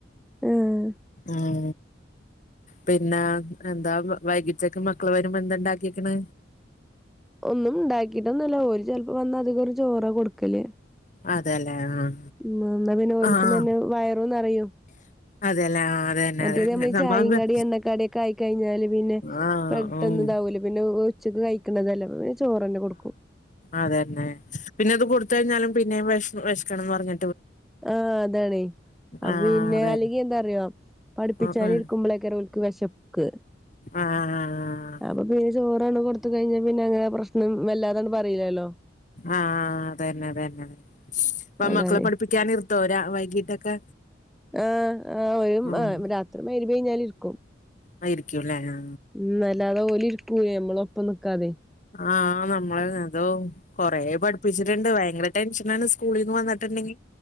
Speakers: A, in the centre; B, on the left.
A: ആഹ്
B: ആഹ പിന്നെ എന്താ വൈകിട്ടേക്കെ മക്കള് വരുമ്പോ എന്ത ഇണ്ടാക്കിക്കണ്
A: ഒന്നും ഇ ണ്ടാക്കിട്ട ഒന്നല്ല ഓര് ചിലപ്പോ വന്ന അധികം ഒരു ചോറ കൊടുക്കല്
B: അതെല്ലേ ആഹ്
A: ഉ എന്നാ പിന്നെ ഓൽക്കുന്ന
B: ആഹ്
A: തന്നെ വയറുംന്ന് നിറയും
B: അതെല്ലേ ആഹ് അതന്നെ
A: മറ്റേത്
B: അതന്നെ
A: നമ്മൾ
B: നമ്മ
A: ചായയും കടി എണ്ണക്കാടി ഒക്കെ ആയി കഴിഞ്ഞാല് പിന്നെ
B: ആഹ്
A: പെട്ടെന്ന്
B: ഉം
A: താവൂലെ പിന്നെ ഉച്ചക്ക് കഴിക്കണതല്ല പി ചോറ് തന്നെ കൊടുക്കും
B: അതെ തന്നെ പിന്നെ അത് കൊടുത്ത കഴിഞ്ഞാലും പിന്നെയ വിശിക്കണംന്ന് പറഞ്ഞി
A: ആഹ അതാണേ
B: ആഹ്
A: പിന്നെ
B: അതെ
A: അല്ലെങ്കി എന്താറിയ പഠിപ്പിച്ചാന
B: ഉം ഉം
A: ഇരിക്കുമ്പോളക്കര ഓൽ ക്ക് വേഷ ക്ക്
B: ആഹ്
A: അപ്പൊ പിന്നെ ചോറാണ് കൊടുത്ത കഴിഞ്ഞ പിന്നെ അങ്ങനെ പ്രശ്നം വല്ലാതന്ന പറയിലല്ലോ
B: ആഹ അതന്നെ അതന്നെ പ്പം
A: അതാണ്
B: മക്കളെ പഠിപ്പിക്കാന ഇ തോരാ വൈകീട്ടൊക്കെ
A: ആ ആ ഒരു
B: ഉം
A: ആ രാത്രി മഗ്‌രിബ് കഴിഞ്ഞാൽ ഇരിക്കും
B: ആയിരിക്കൂല്ലേ ആ
A: ഉം അല്ലാതെ ഓലി ഇരികൂലെ നമ്മള ഒപ്പം ഇരിക്കാതെ
B: ആഹ നമ്മള് അതോ കൊറ പഠിപ്പിച്ചിട്ടുണ്ട് ഭയങ്കര ടെൻഷനാണ് സ്കൂളിൽന്ന് വന്നിട്ടിണ്ടെ ങ്ക